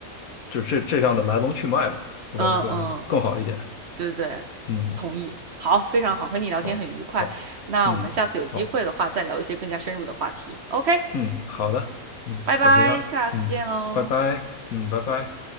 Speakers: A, on the left; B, on the right.
A: 就这这样的来龙去脉吧，我感觉会更好一点。
B: 嗯嗯，对对对，
A: 嗯，
B: 同意。好，非常好，和你聊天很愉快。
A: 好，好，
B: 那我们下次有机会的话，
A: 嗯，好，
B: 再聊一些更加深入的话题。OK，
A: 嗯，好的，嗯，
B: 拜拜，
A: 好，就这样，
B: 下次见喽。
A: 嗯，拜拜，嗯，拜拜。